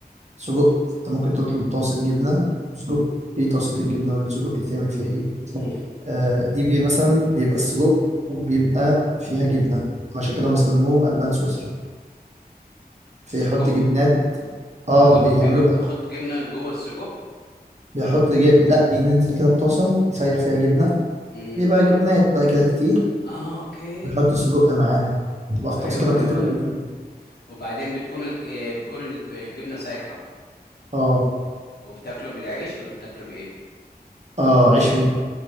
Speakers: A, on the right (about 45°); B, on the left (about 75°).
A: سجق أنت ممكن تطلب طاسة جبنة وسجق في طاسة الجبنة والسجق يتعمل فيها إيه
B: امم
A: آه، دي بي مثلا بيبقى السجق وبيبقى فيها جبنة عشان كده هم سموه ألبان سويسرا
B: سجق
A: بيحط جبنات اه
B: بيجو
A: بيعملوا
B: بيجو بيحط
A: بقى
B: جبنه جوه السجق
A: بيحط جب... لا بينزل كده بطاسة يسيح فيها جبنة
B: امم
A: بيبقى جبنات بقى كده كتير
B: اه اوكي
A: ويحط السجق معاها تبقى في
B: ايوه
A: طاسة كده بتتاكل
B: ايوه ايوه
A: بالفينو
B: وبعدين بتكون آه بيكون الب- الجبنه سايحه
A: اه
B: وبتاكله بالعيش ولا بتاكله بايه
A: اه عيش فينو